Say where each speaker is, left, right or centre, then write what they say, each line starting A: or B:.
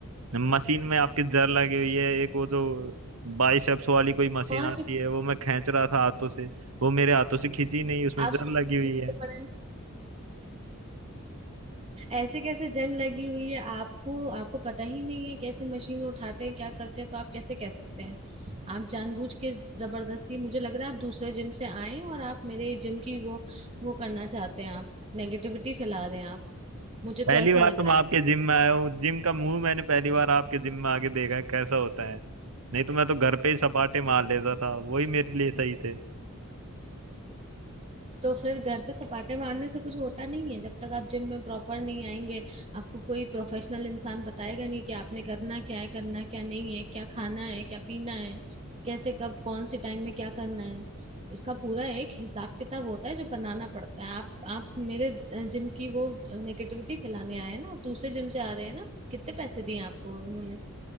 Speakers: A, on the right (about 80°); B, on the right (about 30°).
A: मशीन में आपकी जर लगी हुई है एक वो जो बाइसेप्स वाली कोई मशीन
B: कौन
A: आती
B: से
A: है वो मैं खींच रहा था हाथों से वो मेरे हाथों से खींची नहीं उसमें
B: आप
A: जर
B: सब
A: लगी हुई
B: पीछे
A: है
B: पड़े हैं ऐसे कैसे जंग लगी हुई है आपको आपको पता ही नहीं है कैसे मशीन उठाते हैं क्या करते हैं तो आप कैसे कह सकते हैं आप जानबूझ के जबरदस्ती मुझे लग रहा है आप दूसरे जिम से आए हैं और आप मेरे जिम की वो वो करना चाहते हैं आप नेगेटिविटी फैला रहे हैं आप मुझे तो
A: पहली
B: ऐसा
A: बार
B: लग
A: तो
B: रहा
A: मैं आपके
B: है
A: जिम में आया हूँ जिम का मुंह मैंने पहली बार आपके जिम में आके देखा है कैसा होता है नहीं तो मैं तो घर पे ही सपाटे मार लेता था वही मेरे लिए सही थे
B: तो फिर घर पे सपाटे मारने से कुछ होता नहीं है जब तक आप जिम में प्रॉपर नहीं आएंगे आपको कोई प्रोफेशनल इंसान बताएगा नहीं कि आपने करना क्या है करना क्या नहीं है क्या खाना है क्या पीना है कैसे कब कौन से टाइम में क्या करना है इसका पूरा एक हिसाब किताब होता है जो बनाना पड़ता है आप आप मेरे जिम की वो नेगेटिविटी फैलाने आए हैं ना आप दूसरे जिम से आ रहे हैं ना कितने पैसे दिए आपको उन्होंने